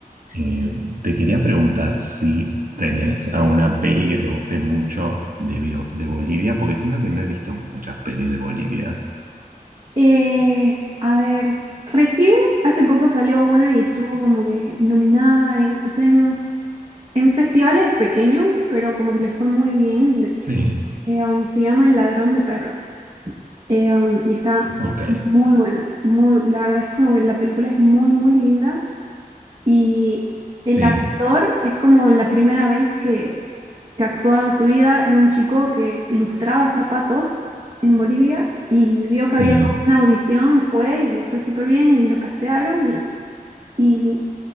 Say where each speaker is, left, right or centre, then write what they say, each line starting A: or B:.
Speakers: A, on the right (about 60°); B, on the right (about 40°).
A: Eh, te quería preguntar si tenés alguna peli que te guste mucho de, Bio- de Bolivia, porque siento que no he visto muchas pelis de Bolivia.
B: Eh, a ver, recién hace poco salió una y estuvo como que nominada en, o sea, en, en festivales pequeños, pero como que les fue muy bien. de-
A: Sí,
B: eh, um, se llama El Ladrón de Perros. Eh, um, y está
A: ok.
B: muy buena, muy, la verdad es como que la película es muy, muy linda y el
A: Sí,
B: actor es como la primera vez que, que actuaba en su vida, era un chico que lustraba zapatos en Bolivia y vio que había
A: sí.
B: como una audición, fue y le fue súper bien y lo castearon y, y,